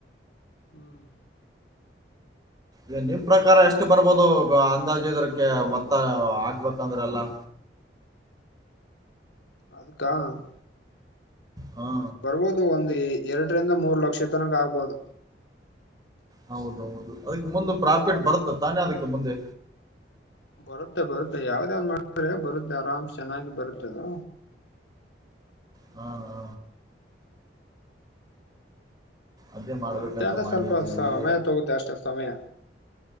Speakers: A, on the left (about 80°); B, on the right (about 20°).
A: ಹ್ಮ್
B: ಈ ನಿಮ್ ಪ್ರಕಾರ ಎಷ್ಟು ಬರ್ಬೋದು ಅಂದಾಜ ಇದ್ರಕ್ಕೆ ಮತ್ತ ಹಾಕ್ಬೇಕಂದ್ರೆ ಎಲ್ಲಾ
A: ಅದುಕ <unintelligible>
B: ಹಾ
A: ಬರ್ಬೋದು ಒಂದು ಎರಡರಿಂದ ಮೂರು ಲಕ್ಷ ತನಕ ಆಗ್ಬಹುದು
B: ಹೌದೌದು ಅದಕ್ ಮುಂದೆ ಪ್ರಾಫಿಟ್ ಬರುತ್ತ ತಾನೇ ಅದಕ್ಕೆ ಮುಂದೆ
A: ಬರುತ್ತೆ ಬರುತ್ತೆ ಯಾವ್ದಾವ್ ಮಾಡಿದ್ರೆ ಬರುತ್ತೆ ಆರಾಮ್ಸ ಚೆನ್ನಾಗಿ ಬರುತ್ತದು
B: ಹಾ ಹಾ ಅದೇ ಮಾಡ್ಬೇಕಂತ
A: ಬರುತ್ತೆ ಅಂದ್ರೆ
B: ಮಾಡಿದೀವಿ
A: ಸ್ವಲ್ಪ ಸಮಯ ತಗುತ್ತೆ ಅಷ್ಟೆ ಸಮಯ.